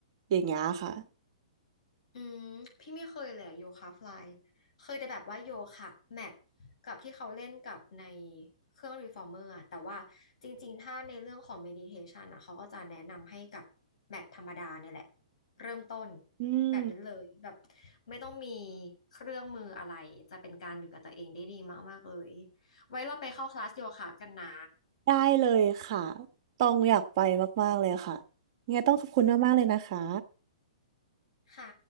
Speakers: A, on the right; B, on the left.
A: อย่างเงี้ยค่ะ
B: อืมพี่ไม่เคยเลยอะโยคะฟลายเคยแต่แบบว่าโยคะแมทกับที่เขาเล่นกับในเครื่องรีฟอร์เมอร์อะแต่ว่าจริงๆถ้าในเรื่องของเมดิเทชันอะเขาก็จะแนะนำให้กับแมทธรรมดาเนี่ยแหละเริ่มต้น
A: อืม
B: แบบนั้นเลยแบบไม่ต้องมีเครื่องมืออะไรจะเป็นการอยู่กับตัวเองได้ดีมากๆเลยไว้เราไปเข้าคลาสโยคะกันนะ
A: ได้เลยค่ะต้องอยากไปมากๆเลยค่ะยังไงต้องขอบคุณมากๆเลยนะคะ
B: ค่ะ